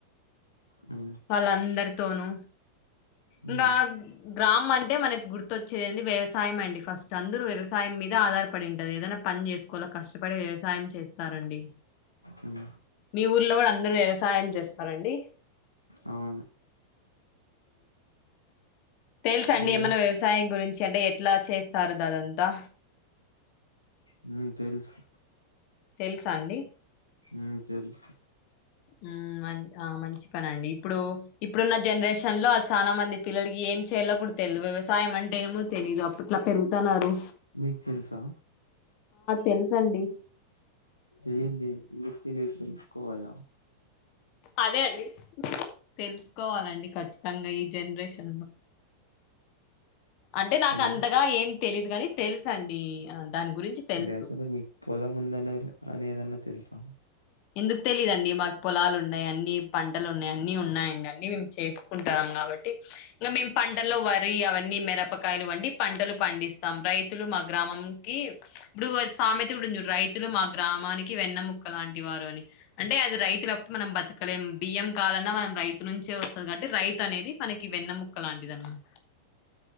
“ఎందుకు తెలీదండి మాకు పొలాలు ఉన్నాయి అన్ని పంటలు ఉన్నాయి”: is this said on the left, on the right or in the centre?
Left